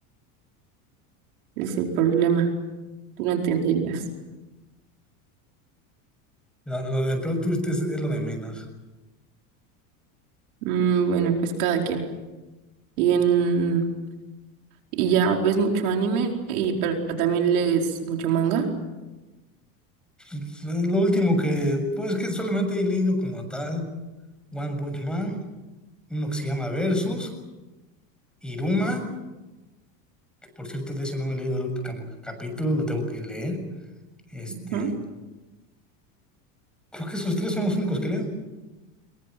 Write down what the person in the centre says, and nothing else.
Lo, lo del plot twist es, es lo de menos.
Es Lo último que, pues que solamente he leído como tal, One Punch Man, uno que se llama Versus, Iruma, que por cierto de ese no me he leído el último ca- capítulo, lo tengo que leer. Este,
creo que esos tres son los únicos que leo.